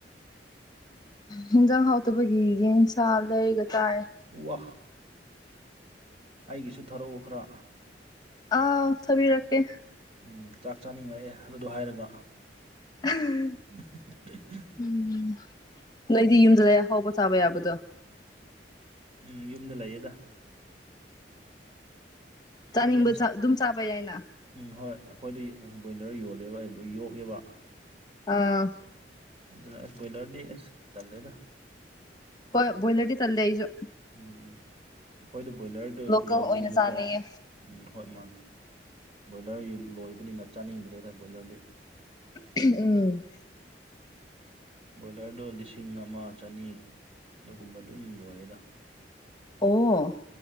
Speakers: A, on the left; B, on the right.
A: ꯌꯦꯟꯖꯥꯡ ꯍꯥꯎꯇꯕꯒꯤ ꯌꯦꯟꯁꯥ ꯂꯩꯔꯒ ꯇꯥꯏ
B: ꯋꯥꯍ ꯑꯩꯒꯤꯁꯨ ꯊꯥꯔꯛꯎ ꯈꯔ
A: ꯑꯥ ꯊꯕꯤꯔꯀꯦ
B: ꯎꯝ ꯆꯥꯛ ꯆꯥꯅꯤꯡꯉꯛꯑꯦ ꯑꯗꯨꯗꯣ ꯍꯥꯏꯔꯒ ꯑꯥ
A: ꯎꯝ
B: ꯎ
A: ꯎꯝ ꯅꯣꯏꯗꯤ ꯌꯨꯝꯗꯗ ꯑꯍꯥꯎꯕ ꯆꯥꯕ ꯌꯥꯕꯗꯣ
B: ꯎꯝ ꯌꯨꯝꯗ ꯂꯩꯌꯦꯗ
A: ꯆꯥꯅꯤꯡꯕ
B: ꯌꯦꯟ ꯁ
A: ꯑꯗꯨꯝ ꯆꯥꯕ ꯌꯥꯏꯅ
B: ꯎꯝ ꯍꯣꯏ ꯑꯩꯈꯣꯏꯗ ꯕꯣꯏꯂꯔ ꯌꯣꯜꯂꯦꯕ ꯑꯩ ꯌꯣꯛꯑꯦꯕ
A: ꯑꯥ
B: ꯑꯗꯨꯅ ꯑꯁ ꯕꯣꯏꯂꯔꯗꯤ ꯑꯁ ꯇꯜꯂꯦꯗ
A: ꯣꯏ ꯕꯣꯏꯂꯔꯗꯤ ꯇꯜꯗꯦ ꯑꯩꯁꯨꯣ
B: ꯎꯝ ꯑꯩꯈꯣꯏꯗ ꯕꯣꯏꯂꯔꯗꯨ
A: ꯂꯣꯀꯦꯜ
B: ꯂꯣꯏꯕꯅꯤꯅꯀꯣ
A: ꯑꯣꯏꯅ ꯆꯥꯅꯤꯡꯉꯦ
B: ꯎꯝ ꯍꯣꯏ ꯃꯥꯅꯦ ꯕꯣꯏꯂꯔ ꯂꯣꯏꯕꯅꯤꯅ ꯆꯥꯅꯤꯡꯗ꯭ꯔꯦꯇꯥ ꯕꯣꯏꯂꯔꯗꯤ
A: ꯎꯝ
B: ꯕꯣꯏꯂꯔꯗꯣ ꯂꯤꯁꯤꯡ ꯑꯃ ꯆꯅꯤ ꯑꯗꯨꯒꯨꯝꯕ ꯑꯗꯨꯝ ꯂꯣꯏꯌꯦꯦꯗ
A: ꯑꯣ